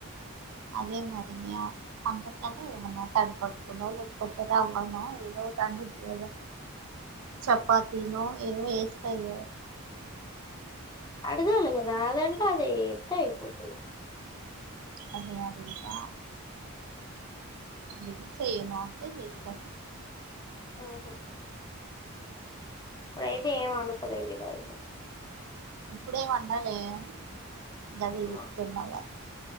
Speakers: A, on the right; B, on the left.
A: అదే మరి ఆ అందరికంటే ఏమన్నా తడుపోటుకులో లేక్పో లే రవ్వనో ఏదోటి అండుద్ది కదా చపాతీనో ఏదో చేస్ స్తది కదా
B: అడుగాలే కదా అదంటే అదే చేత్తే అయిపోతది.
A: అదే అడుగుతా ఏ చెయను అంటే చేస్తా.
B: ఓహో ఇప్పుడు అయితే ఏం అండుకోలేదు ఇగ అయితే.
A: ఇప్పుడేం అండలేకాని గదే చేత్తున్న
B: ఆ
A: వానికి